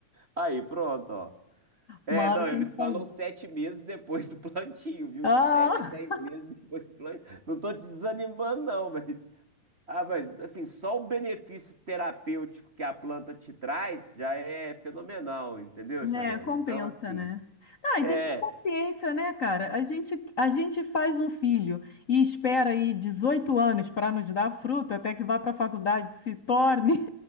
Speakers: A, on the right; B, on the left.
A: Aí, pronto, ó. É,
B: Uma hora
A: não, eles
B: tem que sair.
A: falam sete meses depois do plantio, viu?
B: Ah!
A: De sete a dez meses depois do plantio. Não tô te desanimando, não, mas. Ah, mas assim, só o benefício terapêutico que a planta te traz já é fenomenal, entendeu, Chayane?
B: É, compensa,
A: Então, assim.
B: né? Ah,
A: É,
B: e tem que ter paciência, né, cara? A gente, a gente faz um filho e espera aí 18 anos para nos dar fruto até que vá para a faculdade, se torne,